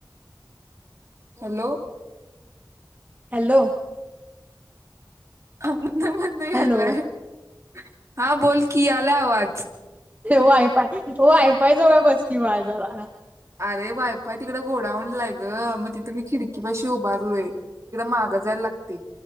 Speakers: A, on the right; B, on the right.
A: हॅलो,
B: हॅलो,
A: ह म्हलाय
B: हॅलो
A: <unintelligible> हा बोल की यायला आवाज
B: वायफाय वायफाय जवळ बसकी बाळ जरा
A: अरे वायफय तिकडं गोडाऊन लाय ग मग तिथे मी खिडकी पाशी उभारलोय तिकड मागं जायला लागत